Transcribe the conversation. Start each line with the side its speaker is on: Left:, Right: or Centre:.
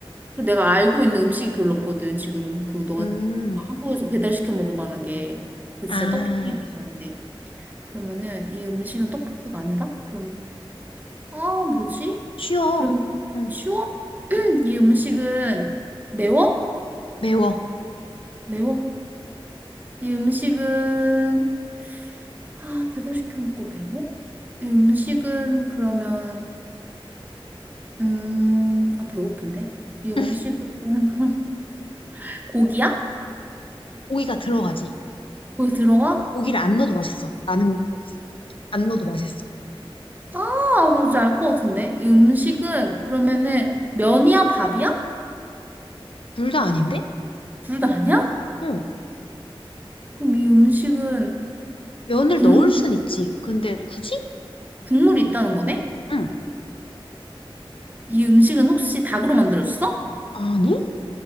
Right: 그리고 내가 알고 있는 음식이 별로 없거든, 지금. 그, 너가
Left: 음,
Right: 한국에서 배달시켜 먹을 만한 게. 그 진짜
Left: 아,
Right: 떡볶이인데. 그러면은 이 음식은 떡볶이가 아니다? 그럼 아 뭐지?
Left: 쉬워.
Right: 그럼
Left: 응,
Right: 쉬워? <clears throat> 이 음식은 매워?
Left: 매워.
Right: 매워. 이 음식은 아 배달시켜 먹고 매워? 이 음식은 그러면 음아 배고픈데? 이 음식은
Left: <laughs>
Right: <laughs> 고기야?
Left: 고기가 들어가지.
Right: 고기 들어가?
Left: 고기를 안 넣어도 맛있어. 나는 안 넣어도 맛있어.
Right: 아 뭔지 알 것 같은데? 이 음식은 그러면은 면이야 밥이야?
Left: 둘 다 아닌데?
Right: 둘 다 아니야?
Left: 응.
Right: 그럼 이 음식은
Left: 면을
Right: 국물
Left: 넣을 순 있지. 근데 굳이?
Right: 국물이 있다는 거네?
Left: 응.
Right: 이 음식은 혹시 닭으로 만들어졌어?
Left: 아니?